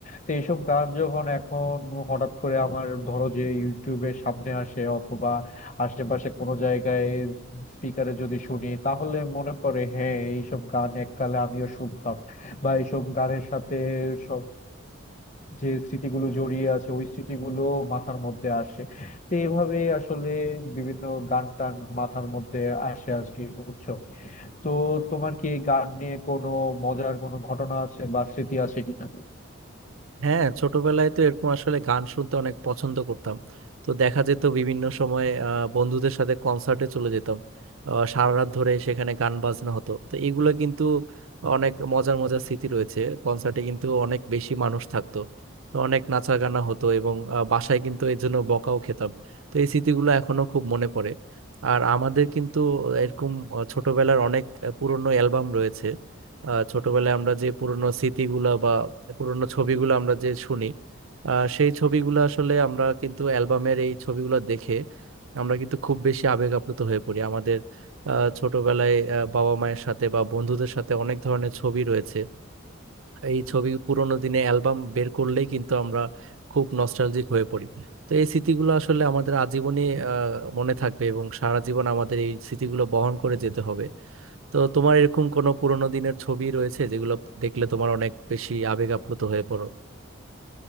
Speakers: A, on the left; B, on the right.
A: তো এইসব গান যখন এখন হঠাৎ করে আমার ধরো যে ইউটিউবের সামনে আসে অথবা আশেপাশে কোনো জায়গায় স্পিকারে যদি শুনি তাহলে মনে পড়ে হ্যাঁ এইসব গান এককালে আমিও শুনতাম বা এইসব গানের সাথে সব যে স্মৃতিগুলো জড়িয়ে আছে ওই স্মৃতিগুলো মাথার মধ্যে আসে তো এইভাবে আসলে বিভিন্ন গান টান মাথার মধ্যে আসে আজকে বুঝছো তো তোমার কি গান নিয়ে কোনো মজার কোনো ঘটনা আছে বা স্মৃতি আছে কিনা
B: হ্যাঁ ছোটবেলায় তো এরকম আসলে গান শুনতে অনেক পছন্দ করতাম তো দেখা যেত বিভিন্ন সময় আহ, বন্ধুদের সাথে কনসার্টে চলে যেতাম আহ, সারা রাত ধরে সেখানে গান বাজনা হতো তো এগুলো কিন্তু অনেক মজার মজার স্মৃতি রয়েছে কনসার্টে কিন্তু অনেক বেশি মানুষ থাকতো তো অনেক নাচা গানা হতো এবং আহ, বাসায় কিন্তু এর জন্য বকাও খেতাম তো এই স্মৃতিগুলো এখনো খুব মনে পড়ে আর আমাদের কিন্তু এরকম আহ, ছোটবেলার অনেক আহ, পুরনো অ্যালবাম রয়েছে আহ, ছোটবেলায় আমরা যে পুরনো স্মৃতিগুলা বা পুরনো ছবিগুলো আমরা যে শুনি আহ, সেই ছবিগুলো আসলে আমরা কিন্তু অ্যালবামের এই ছবিগুলো দেখে আমরা কিন্তু খুব বেশি আবেগ আপ্লুত হয়ে পড়ি আমাদের আহ, ছোটবেলায় আহ, বাবা মায়ের সাথে বা বন্ধুদের সাথে অনেক ধরনের ছবি রয়েছে এই ছবি পুরোনো দিনে অ্যালবাম বের করলেই কিন্তু আমরা খুব নস্টালজিক হয়ে পড়ি তো এই স্মৃতিগুলো আসলে আমাদের আজীবনই আহ, মনে থাকবে এবং সারা জীবন আমাদের এই স্মৃতিগুলো বহন করে যেতে হবে তো তোমার এরকম কোনো পুরোনো দিনের ছবি রয়েছে যেগুলো দেখলে তোমার অনেক বেশি আবেগ আপ্লুত হয়ে পড়ো